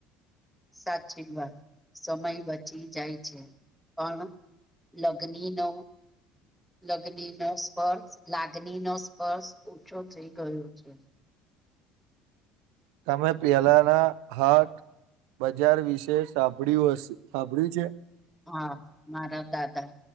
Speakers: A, in the centre; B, on the right.
A: સાચી વાય સમય બચી જાય છે પણ લગ્ની નો લગ્ન ન સ્પર્શ લાગની ન સ્પર્શ ઓછો થઈ ગયો છે
B: તમે પિયાલાના હાત બજાર વિશે સાંભળ્યું હશે સાંભળ્યું છે?
A: હા મારા દાદા